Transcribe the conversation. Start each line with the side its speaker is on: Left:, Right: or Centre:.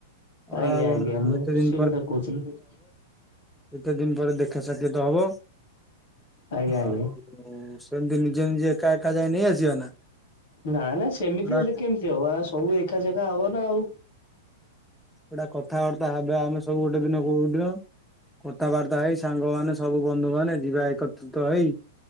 Centre: ପଳା
Left: ଆଜ୍ଞା ମୁଁ
Centre: ଏତେ ଦିନ
Left: ସେଇ କଥା କହୁଥିଲି।
Centre: କେତେ ଦିନ ପରେ ଦେଖା ସାକ୍ଷାତ ହବ।
Left: ଆଜ୍ଞା ଆଜ୍ଞା।
Centre: ଆଉ ସେମତି ନିଜେ ନିଜେ ଏକା ଏକା ଯାଇ ନେଇ ଆସିବା ନା?
Left: ନା ନା ସେମିତି
Centre: ଗୋଟା
Left: ହେଲେ କେମିତି ହବ ଆଉ ସବୁ ଦେଖା ଶେଖା ହବ ନା ଆଉ।
Centre: ଗୋଟା କଥାବାର୍ତ୍ତା ହବା ଆମେ ସବୁ ଗୋଟେ ଦିନ କୋଉ ଦିନ। କଥାବାର୍ତ୍ତା ହେଇ ସାଙ୍ଗମାନେ ସବୁ ବନ୍ଧୁ ମାନେ ଯିବା ଏକତ୍ରିତ ହେଇ।